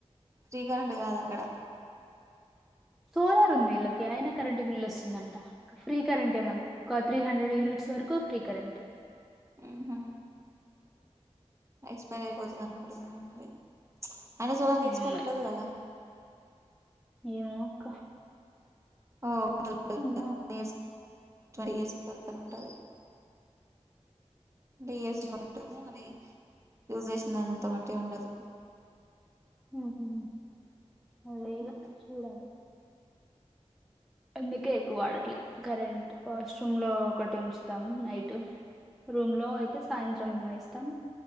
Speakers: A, on the right; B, in the centre.
A: ఫ్రీ కరెంట్ కాదు అక్కడ
B: సోలార్ ఉంది వీళ్ళకి అయినా కరెంట్ బిల్ వస్తుందంట ఫ్రీ కరెంటే మళ్ళా ఒక త్రీ హండ్రెడ్ యూనిట్స్ వరకు ఫ్రీ కరెంట్
A: ఉహు. ఎక్స్పైర్ అయిపోతుంది అనుకుంటుంది ఏమో మరి అయినా సోలార్ కి ఎక్స్పైర్
B: ఏమో మరి
A: ఉండదు కదా
B: ఏమో అక్క
A: ఓ <unintelligible> ట్వంటీ
B: ఇంగా
A: ఇయర్స్ వర్తని ఉంటదు <unintelligible> స్ంది <inaudible> యూస్ చేసినంత మాటే ఉండదు
B: హు హు అదేదో
A: ఉమ్.
B: చూడాలి అందుకే ఎక్కువ వాడట్లే కరెంట్ వాష్ రూమ్ లో ఒకటి ఉంచుతాం నైట్ రూమ్ లో అయితే సాయంత్రం ఎస్ త్తం